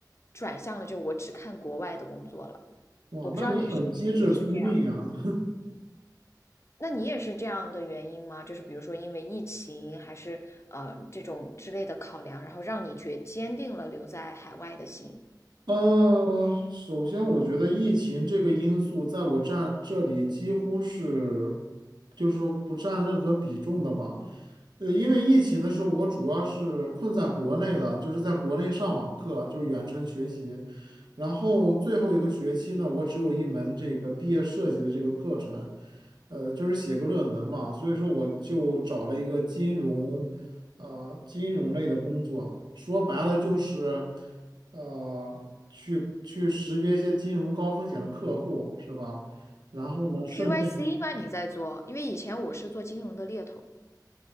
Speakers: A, on the left (about 40°); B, on the right (about 75°).
A: 转向了，就我只看国外的工作了。
B: 哇，
A: 我不知道你是不是也是这样，
B: 那你很机智聪明呀，
A: 那你也是这样的原因吗？就是比如说因为疫情，还是嗯这种之类的考量，然后让你决坚定了留在海外的心。
B: 呃，首先我觉得疫情这个因素在我占这里几乎是，就是说不占任何比重的吧。呃，因为疫情的时候，我主要是困在国内了，就是在国内上网课，就是远程学习。然后最后一个学期呢，我只有一门这个毕业设计的这个课程，呃，就是写个论文嘛。所以说我就找了一个金融，呃，金融类的工作。说白了就是。呃，去去识别一些金融高风险的客户，是吧？然后呢，顺便，
A: KYC 吗？你在做？因为以前我是做金融的猎头。